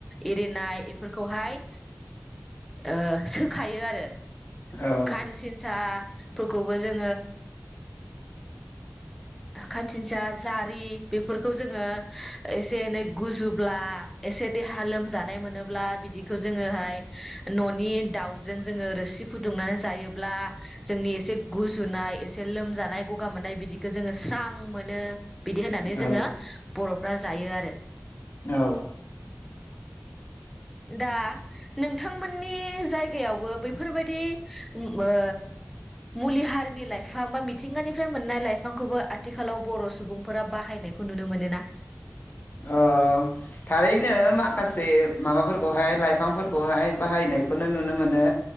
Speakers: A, in the centre; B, on the left.
A: एरिनाय बेफोरखौहाय ओ सोखायो आरो।
B: औ
A: खानसिनसा फोरखौबो जों ओ खानसिनसा जारि बेफोरखौ जोङो एसे एनै गुजुब्ला एसे देहा लोमजानाय मोनोब्ला बिदिखौ जोङोहाय न'नि दावजों जोङो रोसि फुदुंनानै जायोब्ला जोंनि एसे गुजुनाय एसे लोमजानाय गगा मोननाय बिदिखौ जोङो स्रां मोनो। बिदि होननानै
B: औ
A: जोङो बर' फ्रा जायो आरो।
B: औ।
A: दा नोंथांमोननि जायगायावबो बै बेफोरबायादि ओ मुलि हारिनि लाइफां बा मिथिंगानिफ्राय मोननाय लाइफांखौबो आथिखालाव बर' सुबुंफोरा बाहायनायखौ नुनो मोनो ना?
B: अ थारैनो माखासे माबाफोरखौहाय लाइफांफोरखौहाय बाहायनायखौनो नुनो मोनो